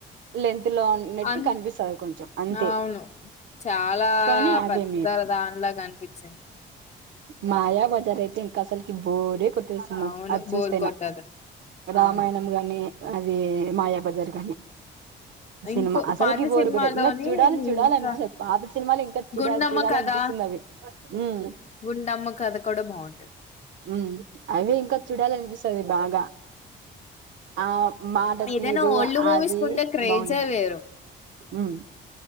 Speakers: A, on the right (about 65°); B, on the left (about 35°).
A: లెంత్ లో ఉన్నట్టు
B: అన్
A: కనిపిస్తారు కొంచెం అంతే
B: అవును చాలా
A: కానీ అవే
B: పెద్ద దానిలాగా అనిపించింది.
A: మాయాబజారైతే ఇంక అసల్కి బోరే కొ ట్టదు సుమ
B: అవును
A: అది
B: బోర్
A: చూస్తేనా
B: కొట్టదు
A: రామాయణము
B: అవును
A: గానీ అది మాయాబజార్ కాని సినిమా
B: ఇంకో
A: అసలుకి
B: పాత
A: బోరు
B: సినిమాలోని
A: కొట్టదు ఇంకా చూడాలి చూడాలనిపిస్తది.
B: ఇంకా
A: పాత సినిమాలు ఇంకా చూడాలి
B: గుండమ్మ
A: చూడాలనిపిస్తది
B: కథ
A: అవి ఉమ్
B: గుండమ్మ కథ కూడా బాగుంటది
A: ఉమ్ అవి ఇంకా చూడాలఅనిపిస్ సది బాగా ఆ మాట
B: ఏదైనా
A: తీరు
B: ఓల్డ్ మూవీస్
A: అది
B: కి ఉండే క్రేజే
A: బాగుంటది
B: వేరు
A: ఉమ్